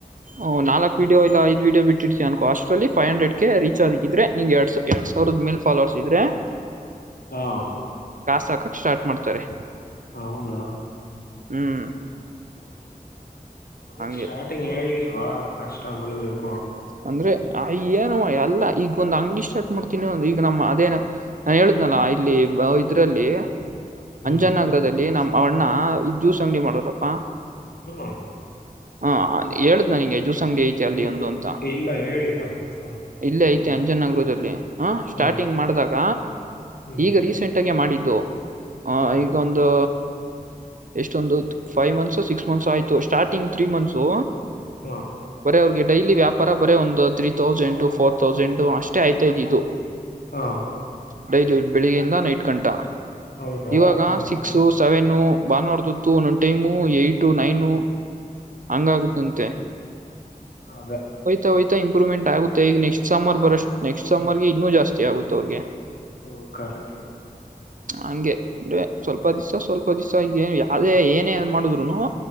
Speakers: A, on the right; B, on the left.
A: ಓ್ ನಲ್ಕ್ ವಿಡಿಯ ಇ ಐದ್ ವಿಿಯೋ ಬಿಟ್ಟಿಡ್ತವಿ ಅನ್ಕ ಹಸ್್ರಲ್ಲಿ ಫೈವ್ ಹಂಡ್ರೆಡ್ ಗೆ ರೀಚ್ಾರ್್ಗಿದ್ರೆ ನಿಂಗ್ ಎರಡ್ ಎರಡ್ ಸಾವಿರದ ಮೇಲ್ ಫಾಲೋರ್ಸ್ ಇದ್ರೆ
B: ಹಾ
A: ಕಾಸಸ್ಾಕಕ್ ಸ್ಟಾರ್ ಮಾಡ್ತಾರೆ
B: ಹೌದಾ
A: ಹ್ಮ್
B: ಅದಕ್
A: ಹಂಗೆ
B: ಸ್ಟಾರ್ಟಿಂಗ್ ಹೇಳಿಲ್ವಾ ಕಷ್ಟ ಬಿಳ್ಬೇಕು
A: ಅಂದ್ರೆ ಅಯ್ಯಏನು ಎಲ್ಲಾ ಈಗೊಂದ್ ಅಂಗಿಷ್ಟ ಸಟ್ ಮಾಡ್ತೀನಿ ಈಗ ನಮ್ಮ ಅದೇನ ನಾನ್ ಹೇಳುದ್ನಲ್ಲಾ ಇಲ್ಲಿ ಇದ್ರಲ್ಲಿ
B: ಹ್ಮ್
A: ಅಂಜನ ನಗರದಲ್ಲಿ ನಮ್ಮ ಅವಣ್ಣ ಇದ ಜ್ಯೂಸ್ ಅಂಗಡಿ ಮಾಡೋ್ರಪ್ಪಾ
B: ಹ್ಮ
A: ಹಾ ಹೇಳ್ದ್ ನನಗೆ ಜೂಸ ಅಂಗಡಿ ಐತಿ ಅಲ್ಲಿ
B: ಇ-
A: ಒಂದು ಅಂತ
B: ಇಲ್ಲ ಹೇಳಿಲ್ಲ ದಿವ್ಸ ಬಗ್ಗೆ
A: ಇಲ್ಲೇ
B: ಹೇಳಿಲ್ಲ
A: ಐತೆ ಅಂಜನಗರದಲ್ಲಿ ಹ ಸ್ಟಾರ್ಟಿಂಗ್
B: ಹಾ
A: ಮಾಡ್ದಾಗ
B: ಹ್ಮ್
A: ಈಗ ರೀಸೆಂಟ್ಗೇ ಮಾಡಿದ್ದು ಆ
B: ಹ್ಮ್
A: ಈಗ ಒಂದು ಎಷ್ಟೊಂದು ಫೈವ್ ಮಂತ್ಸ ಸಿಕ್ಸ್ ಮಂತ್ಸ್ ಆಯ್ತು ಸ್ಟಾರ್ಟಿಂಗ್ ತ್ರೀ ಮಂತ್ಸು
B: ಹಾ
A: ಬರ ಅವ್ರಿಗೆ ಡೈಲಿ ವ್ಯಾಪ ಪರ ಬರೇ ಒಂದು ತ್ರೀ ತೌಸಂಡ್ ಫೋರ್ ತೌಸಂಡ್ ಅಷ್ಟೇ ಆಯ್ತ ಇದ ಇದು
B: ಹಾ
A: ಡೈ ಬೆಳಿಗ್ಗೆಯಿಂದ ನೈಟ್ ಗಂಟಾ
B: ಹೌದಾ
A: ಇವಾಗ
B: ಹ್ಮ್
A: ಸಿಕ್ಸ್ ಸೆವೆನ್ ಬಾೋಡ್ತತ್ತು ಒಂದೊಂದು ಟೈಮು ಏಟ್ ನೈನು ಹಂಗಾಗುತ್ತಂತೆ
B: ಹೌದೇ
A: ಯ್ತ ಇಂಪ್ರೂವ್ಮೆಂಟ್ ಆಗುತ್ತೆ ಈಗ ನೆಕ್ಸ್ಟ್ ಸಮಮ್ಮರ್ ಬರಷ್ಟ ನೆಕ್ಸ್ಟ್ ಸಮಮ್ಮರ್ಗೆ ಇನ್ನುೂ ಜಾಸ್ತಿ ಆಗುತ್ತೆ ಅವ್ರಿಗೆ
B: ಹ್ಮ ಕಕ್
A: ಹಂಗೆ ಅೆ ಸ್ವಲ್ಪ ದಿವ್ಸ ಸ್ವಲ್ಪ ದಿವ್ಸ ಯಾವ್ದೇ ಏನೇ ಮಾಡಿದ್ರುನು